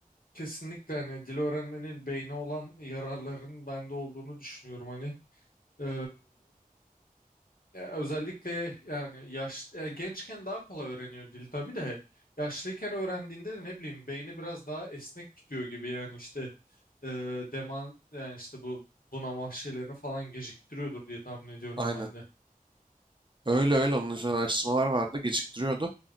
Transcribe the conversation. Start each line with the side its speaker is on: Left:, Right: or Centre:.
Left: kesinlikle hani dil öğrenmenin beyne olan yararların bende olduğunu düşünüyorum hani. Ee, Ya özellikle yani yaş ya gençken daha kolay öğreniyor dil tabii de yaşlıyken öğrendiğinde de ne bileyim beyni biraz daha esnek gidiyor gibi yani işte e, deman yani işte bu bunama şeylerini falan geciktiriyordur diye tahmin ediyorum
Right: Aynen.
Left: ben de.
Right: Öyle öyle onun üzerine araştırmalar vardı geciktiriyordu.